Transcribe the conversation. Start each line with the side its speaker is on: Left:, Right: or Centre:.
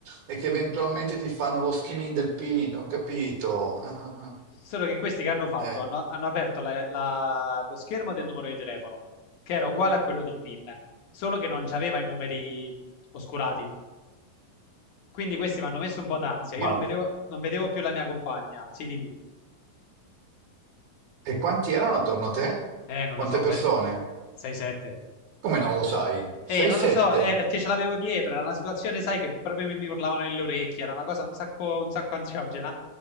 Right: e che eventualmente ti fanno lo skimming del PIN, ho capito. Ah, ah, ah.
Left: Solo che questi che hanno fatto
Right: Eh,
Left: hanno, hanno aperto la- la- lo schermo del numero di telefono, che era uguale a quello del PIN, solo che non c'aveva i numeri oscurati. Quindi questi mi hanno messo un po' d'ansia.
Right: ma
Left: Io non vedevo, non vedevo più la mia compagna. Sì, dimmi.
Right: e quanti erano attorno a te?
Left: Eh, non
Right: Quante
Left: lo so,
Right: persone?
Left: se 6-7.
Right: Come non lo sai? 6-7?
Left: Eh, non lo so, eh, perché ce l'avevo dietro. Era una situazione, sai, che proprio mi, mi urlavano nelle orecchie. Era una cosa un sacco, un sacco ansiogena.